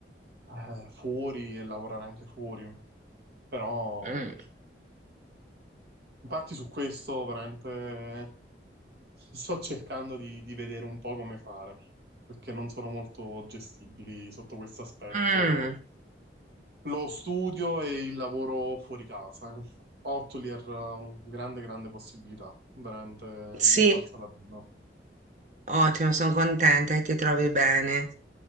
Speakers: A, on the right; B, on the right.
A: eh, fuori e lavorare anche fuori. Però,
B: mm,
A: infatti, su questo veramente sto cercando di, di vedere un po' come fare, perché non sono molto gestibili sotto questo aspetto.
B: mm, mm.
A: Lo studio e il lavoro fuori casa. Ottoli era una grande, grande possibilità, veramente ne
B: Sì.
A: è valsa la pena.
B: Ottimo, sono contenta che ti trovi bene.